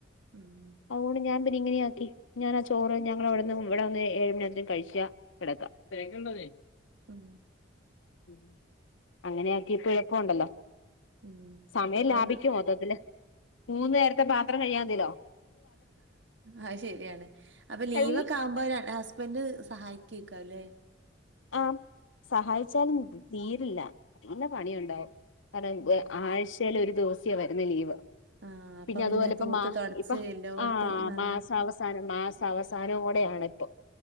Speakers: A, on the right; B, on the left.
A: ഉം
B: അതോണ്ട് ഞാൻ ഇങ്ങനെയ ആക്കി ഞാനാ ചോറ് ഞങ്ങളവിടുന്ന് ഇവിടെന്ന് ഏതു നേരത്താ കഴിക്ക കിടക്കാം ഇക്കണ്ടോ <unintelligible>
A: ഉം
B: ഉ അങ്ങനെയ ആക്കി ഇപ്പ കുഴപ്പുണ്ടല്ലോ
A: ഉം
B: സമയം
A: അപ്പൊ
B: ലാഭിക്കു മൊത്തത്തില് മൂന്ന് നേരത്തെ പാത്രം കഴിയാമതിലോ
A: അയ് ശരിയാണ് അപ്പൊ ലീവെക്കെ
B: എല്ലാം
A: ആവുമ്പോ ഹസ് ബൻ്റ്സഹായിക്കാര്യ ല്ലേ
B: ആഹ സഹായിച്ചാലും തീരില്ല നല്ല പണിയുണ്ടാവും കാരണം
A: ഉം.
B: ആഴ്ചൽ ഒരു ദിവസിയാ വരുന്ന ലീവ്
A: ആഹ് അപ്പൊ
B: പിന്നെ അതുപോലെ ഇപ്പ
A: തൂത്ത്
B: മാ
A: തൊടച്ച്
B: ഇപ്പൊ
A: എല്ലോട്ത്തും
B: ആ
A: നന്നാക്കി
B: മാസാവസാനം മാസ് അവസാനോടെയാണ് ഇപ്പൊ